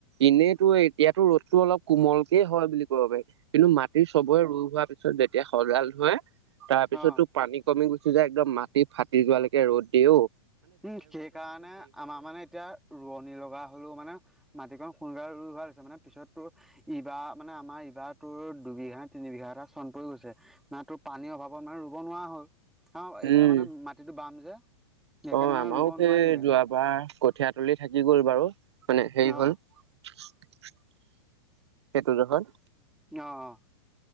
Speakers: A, on the right; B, in the centre.
A: এনেইতো এতিয়াতো ৰ'দতো অলপ কোমলকেই হয় বুলি ক'ব পাৰি কিন্তু মাটি চবৰে ৰু হোৱা পিছত যেতিয়া সজাল ধৰে তাৰ পিছতো
B: অ অ
A: পানী কমি গুছি যায় একদম মাটি ফাটি যোৱালৈকে ৰ'দ অ।
B: উম সেইকাৰণে আমাৰ মানে - এতিয়া ৰোৱনী লগা হ'লেও মানে মাটিকণ সোনকালে ৰুইলো হৈছে, মানে পিছত তোৰ - ইবাৰ মানে আমাৰ ইবাৰ তোৰ দুবিঘা তিন বিঘা এটা চন পৰি গৈছে, মানে তোৰ পানীৰ অভাৱ অভাৱত মানে ৰুব নোৱাৰা হ'ল, হা
A: উম,
B: এইফালে মানে মাটিটো বাম যে। সেইকাৰণে
A: অ
B: মানে
A: আমাৰো
B: ৰুব
A: সেই
B: নোৱাৰিলে
A: যোৱাবাৰ কঠিয়া তলি থাকি গ'ল বাৰু মানে হেৰি
B: অঁ
A: হ'ল - সেইটো যে হ'ল।
B: অ অ।